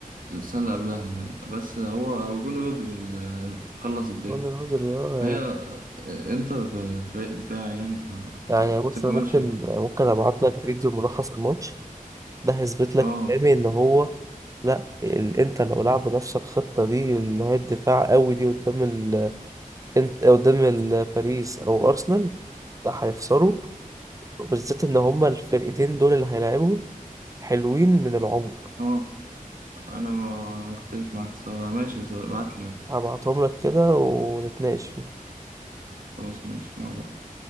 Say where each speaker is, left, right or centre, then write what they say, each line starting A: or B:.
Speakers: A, on the right (about 70°); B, on the right (about 20°).
A: السنة اللي قبلها بقى. بس هو جون رودري اللي خلص الدنيا
B: جون الهزر يا
A: ما
B: يعني
A: هي انتر فريق دفاعي يعني فبتبقى
B: يعني بص انا
A: ماشي
B: ممكن ممكن ابعت لك فيديو ملخص الماتش ده هيثبت لك
A: اه
B: كلامي ان هو لا ال... انت لو لعب نفس الخطه دي اللي هي الدفاع قوي دي قدام ال... انت قدام ال... باريس او ارسنال لا هيخسروا وبالذات ان هما الفرقتين دول اللي هيلاعبهم حلوين من العمر
A: اه انا ما مختلف معاك الصراحة ماشي بس ابعت لي
B: هبعتهم لك كده ونتناقش فيهم
A: خلاص ماشي مع بعض